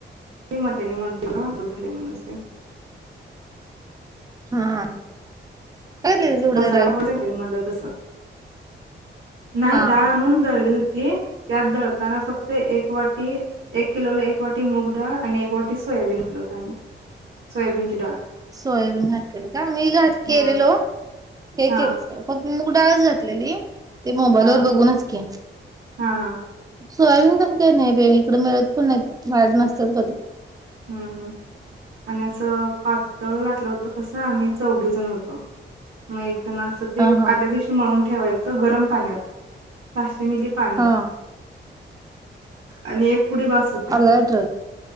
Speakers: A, on the right; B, on the right.
A: कि म त्याने म्हणते असं झालंय मनुसे
B: हा घातलेलीस उडद
A: मसाला
B: डाळीत
A: पापड मला तसा नाही
B: हा
A: डाळ आणून दळली होती त्यात दळताना फक्त एक वाटी एक किलोला एक वाटी मूग डाळ आणि एक वाटी सोयाबीन असल होत आम्ही सोयाबीनची डाळ
B: सोयाबीन घातलेलं का मी घात केलेलो
A: हा
B: हे
A: हा
B: मूग डाळच घातलेली ते मोबाईल
A: हा
B: वर बघूनच की
A: हा हा
B: सोयाबीन काही नाही इकडे मिळत पण नाहीत मळयात नसतं त कधी
A: हम्म हम् आणि असं पातळ लाटलं होतं कसं आम्ही चौघे जण होतो मग एक असं ते
B: हा हा
A: आदल्या दिवशी मळून ठेवायच गरम पाण्यात मिली पाणी
B: हा
A: आणि एक पुडी बास होत्या.
B: अर्धा लिटर